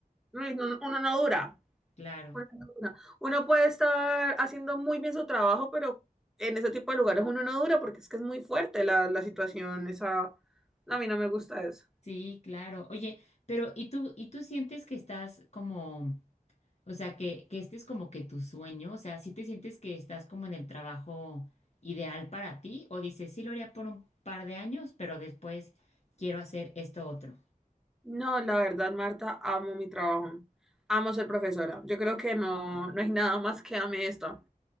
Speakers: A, in the centre; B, on the left (about 50°).
A: Uy, no- Uno, no dura.
B: Claro.
A: Uno, no dura. Uno puede estar haciendo muy bien su trabajo, pero en ese tipo de lugares uno no dura porque es que es muy fuerte la, la situación. Esa, a mí no me gusta eso.
B: Sí, claro. Oye, pero ¿y tú, y tú sientes que estás como, o sea, que, que este es como que tu sueño? O sea, ¿sí te sientes que estás como en el trabajo ideal para ti? ¿O dices, sí lo haría por un par de años, pero después quiero hacer esto otro?
A: No, la verdad, Marta, amo mi trabajo. Amo ser profesora. Yo creo que no, no hay nada más que ame esto.